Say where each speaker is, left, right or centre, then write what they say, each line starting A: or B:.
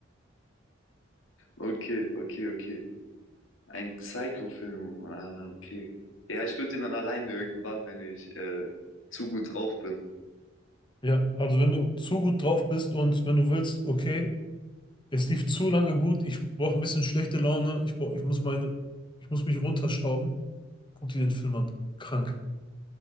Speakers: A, on the left (about 75°); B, on the left (about 25°).
A: Okay, okay, okay. Ein Psycho-Film. Ah, okay. Ja, ich guck den dann alleine irgendwann, wenn ich äh, zu gut drauf bin.
B: Ja, also wenn du zu gut drauf bist und wenn du willst, okay, es lief zu lange gut, ich brauche ein bisschen schlechte Laune, ich brauch, ich muss meine, ich muss mich runterschrauben, guck dir den Film an. Krank.